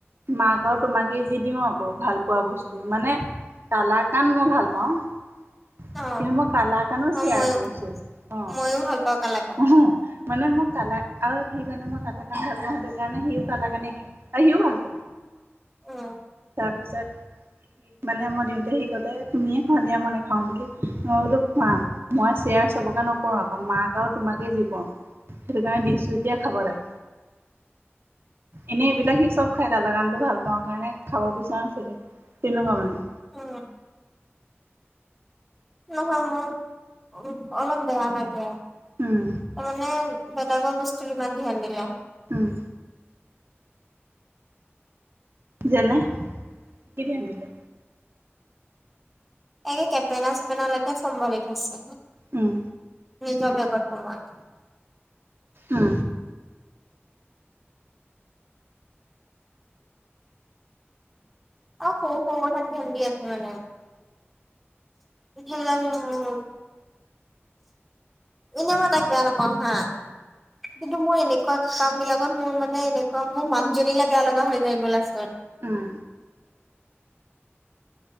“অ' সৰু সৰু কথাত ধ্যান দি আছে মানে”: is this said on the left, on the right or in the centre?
Centre